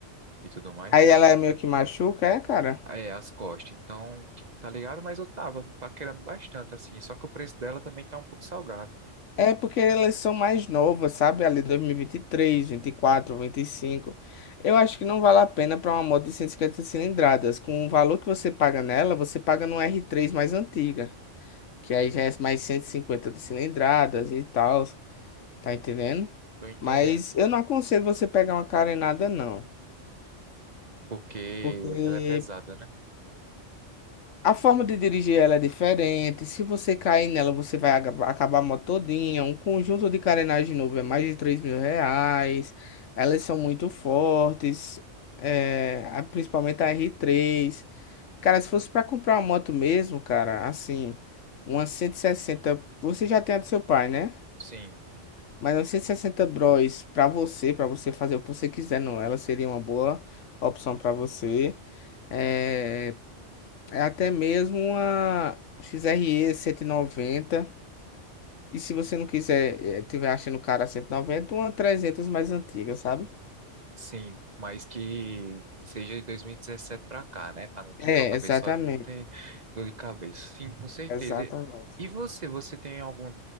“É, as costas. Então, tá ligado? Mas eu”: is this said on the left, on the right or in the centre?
Right